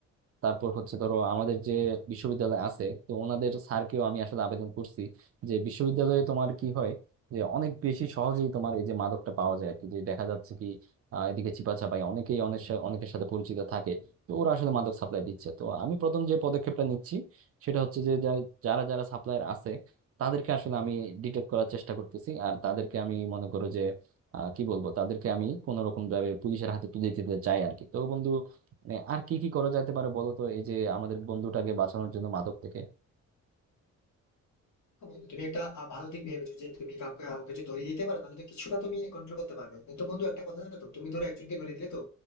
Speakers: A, on the right (about 50°); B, on the left (about 65°).
A: তারপর হচ্ছে ধরো আমাদের যে বিশ্ববিদ্যালয় আছে তো ওনাদের স্যারকেও আমি আসলে আবেদন করছি যে বিশ্ববিদ্যালয়ে তোমার কি হয় যে অনেক বেশি সহজেই তোমার এই যে মাদকটা পাওয়া যায় আর কি যে দেখা যাচ্ছে কি আহ, এদিকে চিপা চাপাই অনেকেই অনেক সা- অনেকের সাথে পরিচিত থাকে তো ওরা আসলে মাদক সাপ্লাই দিচ্ছে তো আমি প্রথম যে পদক্ষেপটা নিচ্ছি সেটা হচ্ছে যে যা- যারা যারা সাপ্লায়ার আছে তাদেরকে আসলে আমি ডিটেক্ট করার চেষ্টা করতেছি আর তাদেরকে আমি মনে করো যে আহ, কি বলবো তাদেরকে আমি কোনো রকম ভাবে পুলিশের হাতে তুলে দিতে চাই আর কি তো বন্ধু মানে আর কি কি করা যেতে পারে বলো তো এই যে আমাদের বন্ধুটাকে বাঁচানোর জন্য মাদক থেকে
B: বন্ধু, তুমি একটা আহ, ভালো দিক ভেবেছো যে তুমি কাউকে আহ, কাউকে যদি ধরিয়ে দিতে পারো তাহলে তো কিছুটা তুমি কন্ট্রোল করতে পারবে কিন্তু বন্ধু একটা কথা জানো তো তুমি ধরো একজনকে ধরিয়ে দিলে তো